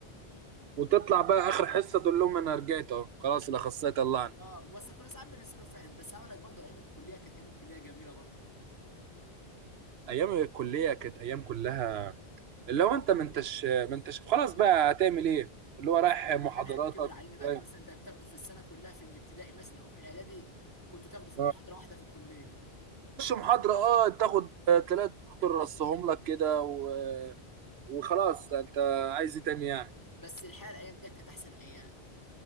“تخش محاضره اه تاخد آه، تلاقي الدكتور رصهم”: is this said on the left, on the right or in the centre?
Right